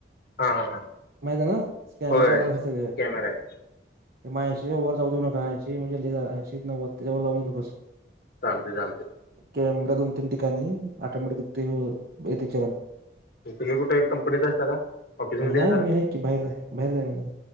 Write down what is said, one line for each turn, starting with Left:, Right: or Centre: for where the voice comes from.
Left: हा हा हा
Right: माहित आहे ना स्कॅनर
Left: होय
Right: लावलेत सगळ.
Left: कॅमेरा आहे
Right: म ऐंशीच्या वर जाऊ देऊ नका ऐंशी म्हणजे ऐशीच नव्वद च्या वर जाऊ देऊ नकोस.
Left: चालतय चालतय.
Right: कॅमेरा दोन तीन ठिकाणी ऑटोमॅटिक येते चलाण.
Left: तुम्ही कुठे कंपनीत असता का ऑफिसमध्ये
Right: <inaudible> नाही
Left: असता
Right: मी
Left: का
Right: आहे की बाहेर जा बाहेर जा म.